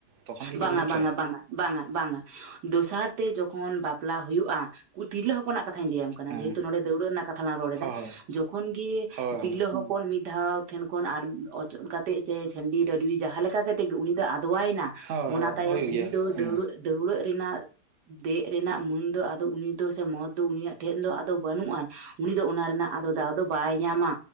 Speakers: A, on the right (about 55°); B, on the right (about 75°).
A: ᱛᱚᱠᱷᱚᱱ ᱜᱮᱠᱚ
B: ᱵᱟᱝᱟᱻᱵᱟᱝᱟᱻᱵᱟᱝᱟᱻ᱾
A: ᱫᱩᱲᱩᱵ ᱦᱚᱪᱚᱭᱟ
B: ᱵᱟᱝᱟᱻᱵᱟᱝᱟᱻ, ᱫᱚᱥᱟᱨ ᱛᱮ ᱡᱚᱠᱷᱚᱱ ᱵᱟᱯᱞᱟ ᱦᱩᱭᱩᱜᱼᱟ, ᱛᱤᱨᱞᱟᱹ ᱦᱚᱯᱚᱱᱟᱜ ᱠᱟᱛᱷᱟᱧ ᱞᱟᱹᱭᱟᱢ ᱠᱟᱱᱟ
A: ᱦᱮᱸ
B: ᱡᱮᱦᱮᱛᱩ ᱱᱚᱰᱮ ᱫᱟᱹᱣᱲᱟᱹᱣ ᱨᱮᱱᱟᱜ ᱠᱟᱛᱷᱟ ᱞᱟᱝ ᱨᱚᱲ
A: ᱦᱳᱭ
B: ᱮᱫᱟ, ᱡᱚᱠᱷᱚᱱ ᱜᱮ
A: ᱦᱳᱭ ᱦᱳᱭ
B: ᱛᱤᱨᱞᱟᱹ ᱦᱚ ᱯᱚᱱ ᱢᱤᱫ ᱫᱷᱟᱣ ᱴᱷᱮᱱ ᱠᱷᱚᱱ ᱟᱨ ᱚᱪᱚᱜ ᱠᱟᱛᱮ ᱥᱮ, ᱪᱟᱹᱱᱰᱤ ᱨᱟᱺᱰᱤ ᱡᱟᱦᱟᱸ ᱞᱮᱠᱟ ᱠᱟᱛᱮ ᱜᱮ ᱩᱱᱤ ᱫᱚ ᱟᱫᱣᱟᱭᱱᱟ
A: ᱦᱳᱭ
B: ᱚᱱᱟ
A: ᱦᱳᱭ
B: ᱛᱟᱭᱚᱢ
A: ᱦᱩᱭᱩᱜ
B: ᱩᱱᱤ
A: ᱜᱮᱭᱟ
B: ᱫᱚ
A: ᱦᱮᱸ
B: ᱫᱟᱹᱣᱲᱟᱹᱜ ᱫᱟᱹᱣᱲᱟᱹᱜ ᱨᱮᱱᱟᱜ ᱫᱮᱜ ᱨᱮᱱᱟᱜ ᱢᱟᱹᱱ ᱫᱚ ᱟᱫᱚ ᱩᱱᱤ ᱫᱚ ᱥᱮ, ᱢᱚᱦᱚᱛᱫᱚ ᱩᱱᱤᱭᱟᱜ ᱴᱷᱮᱱ ᱫᱚ ᱟᱫᱚ ᱵᱟᱹᱱᱩᱜ ᱟᱱ᱾ ᱩᱱᱤ ᱫᱚ ᱚᱱᱟ ᱨᱮᱱᱟᱜ ᱟᱫᱚ ᱫᱟᱣ ᱫᱚ ᱵᱟᱭ ᱧᱟᱢᱟ